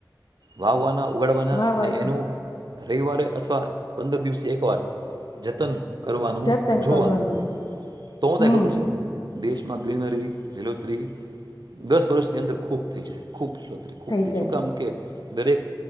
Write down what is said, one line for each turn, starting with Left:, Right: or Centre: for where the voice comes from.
Right: વાવવાના ઉગાડવાના
Left: વાવા
Right: અને એનું રવિવારે અથવા અથવા પંદર દિવસે એક વાર જતન કરવાનું,
Left: જતન
Right: જોવાનું
Left: કરવાનું
Right: જતન કરવાનું તો હું
Left: હમ
Right: થાય કે ખબર છે દેશમાં ગ્રીનરી લીલોતરી દસ વર્ષની અંદર ખૂબ થઈ જાય ખૂબ <unintelligible> ખૂબ
Left: થઈ
Right: થાય,
Left: જાય
Right: શું કામ કે દરેક